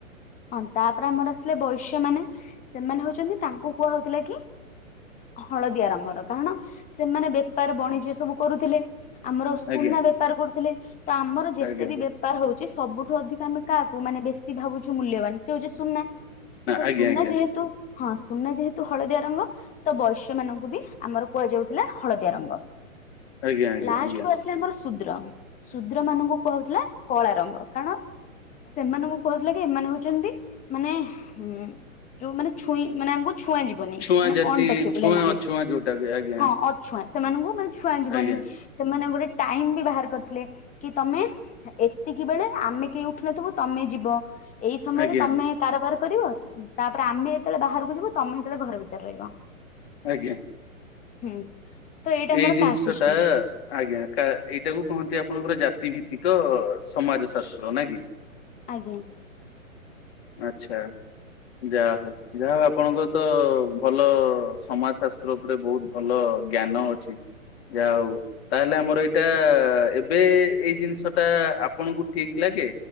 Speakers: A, on the left (about 20°); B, on the left (about 50°).
A: ହଁ ତାପରେ ଆମର ଆସିଲେ ବୈଶ୍ୟ ମାନେ ସେମାନେ ହଉଛନ୍ତି ତାଙ୍କୁ କୁହା ହଉଥିଲା କି ହଳଦିଆ ରଙ୍ଗର। କାରଣ ସେମାନେ ବେପାର ବଣିଜ୍ୟ ସବୁ କରୁଥିଲେ ଆମର ସୁନା
B: ଆଜ୍ଞା
A: ବେପାର କରୁଥିଲେ। ତ ଆମର ଯେତେ
B: ଆଜ୍ଞା
A: ବି ବେ ବେପାର ହଉଛି ସବୁଠୁ ଅଧିକ ଆମେ କାହାକୁ ମାନେ ବେଶୀ ଭାବୁଛୁ ମୂଲ୍ୟବାନ ସେ ହଉଛି ସୁନା। ତ
B: ଆଜ୍ଞା
A: ସୁନା
B: ଆଜ୍ଞା
A: ଯେହେତୁ ହଁ ସୁନା ଯେହେତୁ ହଳଦିଆ ରଙ୍ଗ ତ ବୈଶ୍ୟ ମାନଙ୍କୁ ବି ଆମର କୁହାଯାଉଥିଲା ହଳଦିଆ ରଙ୍ଗ
B: ଆଜ୍ଞା ଆଜ୍ଞା
A: ଲାଷ୍ଟକୁ
B: ଆଜ୍ଞା
A: ଆ ସିଲେ ଆମର ଶୁଦ୍ର ଶୂଦ୍ର ମାନଙ୍କୁ କୁହା ହଉଥିଲା କଳା ରଙ୍ଗ କାରଣ ସେମାନଙ୍କୁ କୁହା ହଉଥିଲା କି ଏମାନେ ହଉଛନ୍ତି ମାନେ ଉଁ ଯୋଉ ମାନେ ଛୁଇଁ ମାନେ ଆମ ଛୁଆଁ ଯିବନି
B: ଛୁଆଁ
A: ମାନେ
B: ଜାତି
A: ଅନଟଚେବଲ ଏମାନେ।
B: <unintelligible>
A: ହଁ ଅଛୁଆଁ ସେମାନଙ୍କୁ ମାନେ ଛୁଆଁ ଯିବନି।
B: ଆଜ୍ଞା।
A: ସେମାନେ ଗୋଟେ ଟାଇମ ବି ବାହାର କରିଥିଲେ କି ତମେ। ଏତିକି ବେଳେ ଆମେ କେହି ଉଠିନଥିବୁ ତମେ ଯିବ ଏଇ ସମୟରେ
B: ଆଜ୍ଞା ଆଜ୍ଞା
A: ତମେ। କାରବାର କରିବ ତାପରେ ଆମେ ଯେତେବେଳେ ବାହାରକୁ ଯିବୁ ତମେ ସେତେବେଳେ ଘର ଭିତରେ ରହିବ।
B: ଆଜ୍ଞା।
A: ହୁଁ। ତ ଏଇଟା
B: ଏଇ
A: ଆମର
B: ଜିନିଷ
A: କାଷ୍ଟ ସିଷ୍ଟମ
B: ଟା। ଆଜ୍ଞା କା ଏଇଟାକୁ କହନ୍ତି ଆପଣଙ୍କର ଜାତି ଭିତ୍ତିକ ସମାଜ ଶାସ୍ତ୍ର ନା କି?
A: ଆଜ୍ଞା
B: ଆଛା। ଯା ହଉ ଯାହା ହଉ ଆପଣଙ୍କର ତ ଭଲ ସମାଜ ଶାସ୍ତ୍ର ଉପରେ ବହୁତ ଭଲ ଜ୍ଞାନ ଅଛି ଯା ହଉ। ତାହେଲେ ଆମର ଏଇଟା ଏବେ ଏଇ ଜିନିଷ ଟା ଆପଣଙ୍କୁ ଠିକ୍ ଲାଗେ?